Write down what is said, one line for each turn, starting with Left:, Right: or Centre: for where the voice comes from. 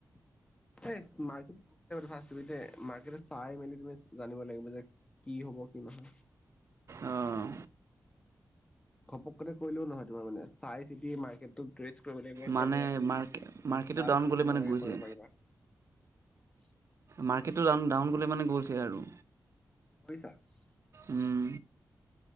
Left: <unintelligible> কি হ'ব, কি নহয়?
Right: আহঁ।
Left: ঘপক কেনে কৰিলেও নহয় তোমাৰ মানে চাই চিতি মাৰ্কেটত <unintelligible> কৰিব লাগিব
Right: মানে
Left: কেনেকুৱা কি
Right: মাৰ্কে মাৰ্কেটটো
Left: তাৰপিছত
Right: ডাউন গ'লে
Left: তুমি
Right: মানে
Left: ভালকে
Right: গৈছে
Left: কৰিব পাৰিবা। উ <unintelligible>
Right: মাৰ্কেটটো ডাউন ডাউন গ'লে মানে গৈলছে আৰু
Left: <unintelligible>
Right: উম,